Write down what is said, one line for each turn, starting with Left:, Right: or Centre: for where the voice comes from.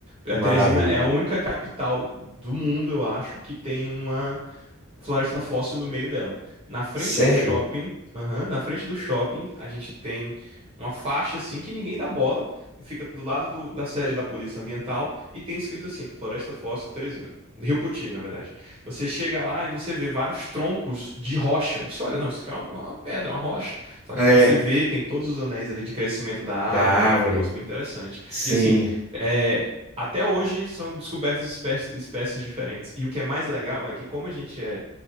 Right: A Teresina
Centre: maravilha.
Right: é a única capital do mundo, eu acho, que tem uma Floresta Fóssil no meio dela. Na frente
Centre: Sério?
Right: do shopping, aham, na frente do shopping, a gente tem uma faixa assim que ninguém dá bola, fica do lado do- da sede da Polícia Ambiental e tem escrito assim, Floresta Fóssil Teresina. Rio Poti, na verdade. Você chega lá e você vê vários troncos de rocha. Você olha, não, isso aqui é uma, uma pedra, uma rocha. Só
Centre: É,
Right: que você vê, tem todos os anéis ali de crescimento da árvore,
Centre: da árvore,
Right: é um negócio bem interessante.
Centre: sim.
Right: E assim, é, até hoje são descobertas espé- espécies diferentes. E o que é mais legal é que, como a gente é